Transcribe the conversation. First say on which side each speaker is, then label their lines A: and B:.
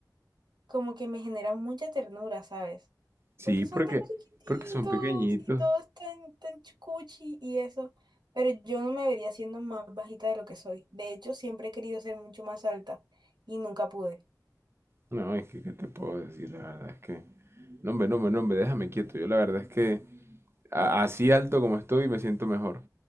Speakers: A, on the right; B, on the right.
A: como que me generan mucha ternura, ¿sabes?
B: Sí,
A: Porque
B: porque,
A: son tan chiquititos
B: porque son pequeñitos.
A: y todos tan, tan chucuchi y eso. Pero yo no me vería siendo más bajita de lo que soy. De hecho, siempre he querido ser mucho más alta y nunca pude.
B: No, es que, ¿qué te puedo decir? La verdad es que... No, hombre, no, hombre, no, hombre, déjame quieto. Yo la verdad es que A- Así alto como estoy, me siento mejor.